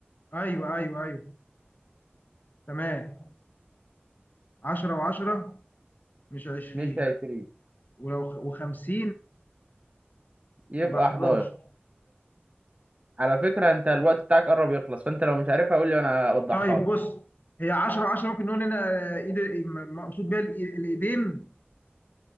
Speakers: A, on the left; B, on the right.
A: ايوه ايوه ايوه تمام 10 و10 مش 20
B: مش هيفرق
A: ولو خ- و50
B: يبقى
A: يبقى 11
B: 11 على فكرة انت الوقت بتاعك قرب يخلص فانت لو مش عارفها قول لي وانا اوضحها
A: طيب
B: لك
A: بص هي 10 10 ممكن نقول هنا آه، ايد م- مقصود بيها الإي- الايدين